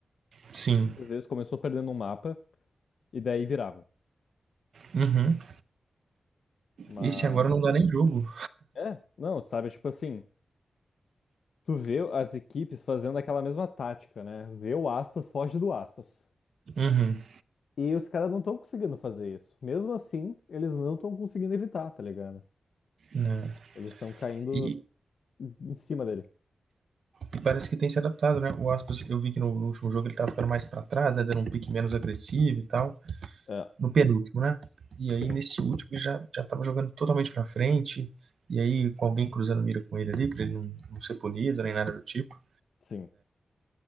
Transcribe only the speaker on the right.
Sim.
Uhum.
Esse agora não dá nem jogo.
Uhum.
Né?
E,
e parece que tem se adaptado, né? O Aspas, eu vi que no, no último jogo ele tava ficando mais pra trás, né? Dando um pique menos agressivo e tal.
No penúltimo, né? E
aí nesse último ele já, já tava jogando totalmente pra frente. E aí com alguém cruzando mira com ele ali, pra ele não, não ser punido nem nada do tipo.